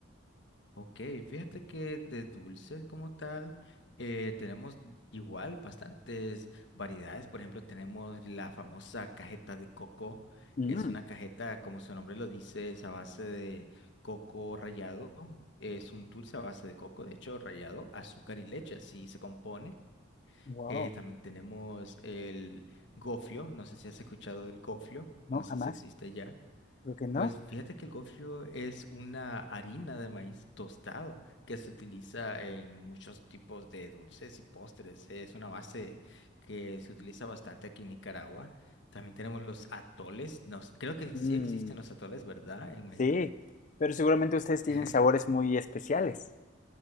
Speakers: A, on the left (about 60°); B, on the left (about 40°).
A: Ok, fíjate que de dulces como tal, eh, tenemos igual bastantes variedades. Por ejemplo, tenemos la famosa cajeta de coco.
B: Mm,
A: Es una cajeta, como su nombre lo dice, es a base de coco rallado. Es un dulce a base de coco, de hecho, rallado, azúcar y leche, así se compone.
B: wow.
A: Eh, también tenemos el gofio. No sé si has escuchado del gofio.
B: No,
A: No
B: jamás.
A: sé si existe ya.
B: Creo que no.
A: Pues fíjate que el gofio es una harina de maíz tostado que se utiliza en muchos tipos de dulces y postres. Es una base que se utiliza bastante aquí en Nicaragua. También tenemos los atoles. Nos, creo que sí
B: Mm,
A: existen los atoles, ¿verdad? En México.
B: sí, pero seguramente ustedes
A: <laughs>
B: tienen sabores muy especiales.